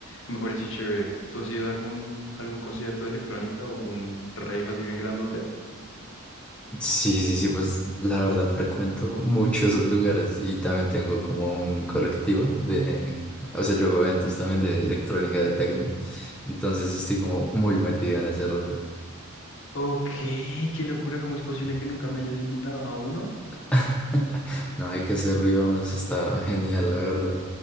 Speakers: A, on the left; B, in the centre.
A: Y me pareció chévere. ¿Tú has ido a algún, algún concierto de electrónica o algún rave así bien grandote?
B: Sí, sí, sí, pues la verdad frecuento muchos esos lugares y también tengo como un colectivo de, o sea, yo hago eventos también de electrónica, de techno, entonces estoy como muy metido en ese rollo.
A: Ok, qué locura, ¿cómo es posible que nunca me hayas invitado a uno?
B: <laughs> No, hay que hacerlo, y vamos, está genial, la verdad.